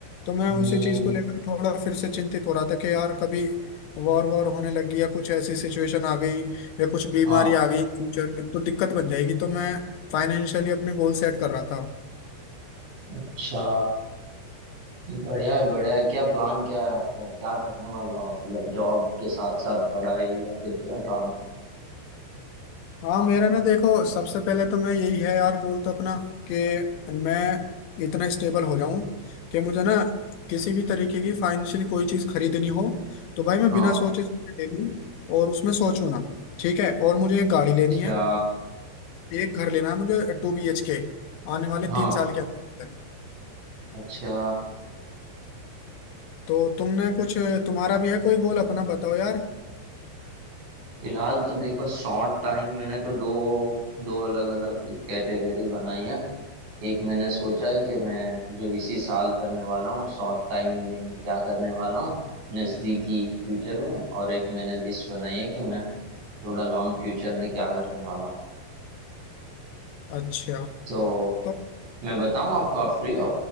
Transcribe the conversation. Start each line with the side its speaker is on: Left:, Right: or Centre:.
Left: तो मैं
Right: हम्म
Left: उसी चीज को लेकर थोड़ा फिर से चिंतित हो रहा था कि यार कभी वॉर वॉर होने लगी या कुछ ऐसी सिचुएशन आ गई या कुछ बीमारी
Right: हाँ
Left: आ गई फ्यूचर तो दिक्कत बन जाएगी तो मैं फाइनेंशियली अपने गोल सेट कर रहा था
Right: अच्छा बढ़िया है बढ़िया है क्या प्लान क्या है आपका क्या करने वाले हो आप मतलब जॉब के साथ साथ पढ़ाई या फिर क्या प्लान है
Left: हाँ मेरा ना देखो सबसे पहले तो मैं यही है यार गोल तो अपना कि मैं इतना स्टेबल हो जाऊं कि मुझे ना किसी भी तरीके की फाइनेंशियली कोई चीज खरीदनी हो तो भाई मैं
Right: हाँ
Left: बिना सोचे समझे ले लूं और उसमें सोचूं ना ठीक है और मुझे एक गाड़ी लेनी
Right: अच्छा
Left: है एक घर लेना है मुझे टू बी एच के आने वाले
Right: हाँ
Left: तीन साल के अंदर
Right: अच्छा
Left: तो तुमने कुछ तुम्हारा भी है कोई गोल अपना बताओ यार
Right: फिलहाल तो देखो शॉर्ट टाइम मैंने तो दो दो अलग अलग कैटेगरी बनाई है एक मैंने सोचा है कि मैं जो इसी साल करने वाला हूँ शॉर्ट टाइम में मैं क्या करने वाला हूँ नजदीकी फ्यूचर में और एक मैंने लिस्ट बनाई है कि मैं थोड़ा लॉन्ग फ्यूचर में क्या करने वाला हूँ
Left: अच्छा
Right: तो
Left: तो
Right: मैं बताऊँ आपको आप फ्री हो